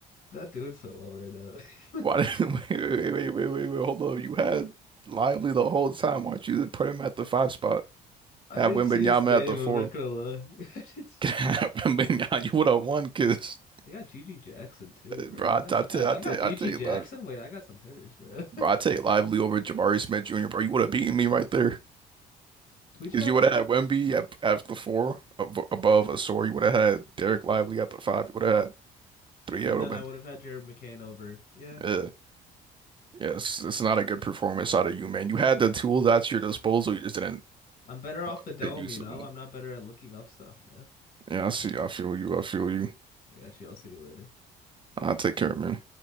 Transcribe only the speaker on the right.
Why didn't <laughs> wait, wait, wait, wait, wait, wait, hold on. You had Lively the whole time. Why don't you just put him at the five spot?
Have
Wembanyama
at the
four.
<laughs> Have Wembanyama, you would have won because,
bro, I,
I,
t
I,
ta-
I take
Lively.
Bro, I take Lively over Jabari Smith Jr. Bro, you would have beaten me right there
because
you
would have had Wemby at, at the four ab above Asor. You would have had Derek Lively at the five. You would have had three.
Yeah, it would
have
been.
Yeah, yeah. It's, it's not a good performance out of you, man. You had the tools at your disposal. You just didn't
uh,
take use
of them.
Yeah, I see. I feel you. I feel you.
I'll take care, man.